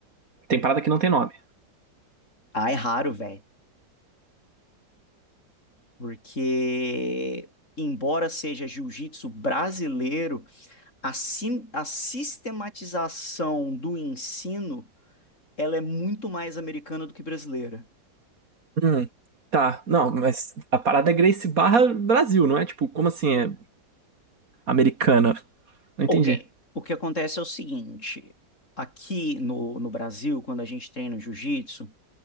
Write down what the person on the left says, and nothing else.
Ah, é raro, velho, porque embora seja jiu-jitsu brasileiro, a, sim, a sistematização do ensino, ela é muito mais americana do que brasileira.
Ok.
O que acontece é o seguinte: aqui no, no Brasil, quando a gente treina jiu-jitsu,